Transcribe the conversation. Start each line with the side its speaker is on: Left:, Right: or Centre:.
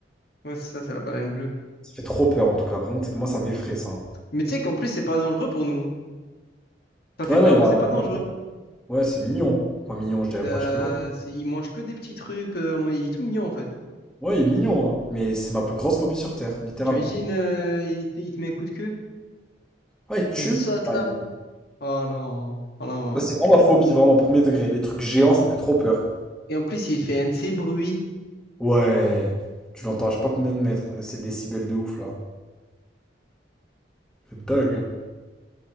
Left: Ouais, c'est ça, c'est la baleine bleue.
Centre: Ça fait trop peur en tout cas. Vraiment, c'est que moi, ça m'effraie ça.
Left: Mais tu sais qu'en plus, c'est pas dangereux pour nous. hein. Ça fait
Centre: Ouais,
Left: peur,
Centre: non, il
Left: mais
Centre: va.
Left: c'est pas dangereux.
Centre: Ouais, c'est mignon. Enfin, mignon, je dirais
Left: Ça,
Centre: pas jusque-là. mais-
Left: c'est- il mange que des petits trucs. euh, moi, il est tout mignon, en fait.
Centre: Ouais, il est mignon. hein. Mais c'est ma plus grosse phobie sur Terre, littéralement.
Left: Tu imagines, euh, il, te il te met un coup de queue
Centre: Ouais, il tue.
Left: quand il saute
Centre: Ouais.
Left: là. Oh non, oh non.
Centre: Ça, c'est vraiment ma phobie, vraiment, premier degré. Les trucs géants, ça me fait trop peur.
Left: Et en plus, il fait un de ces bruits.
Centre: Ouais. Tu l'entends, à je sais pas combien de mètres. C'est des décibels de ouf, là. C'est dingue, hein.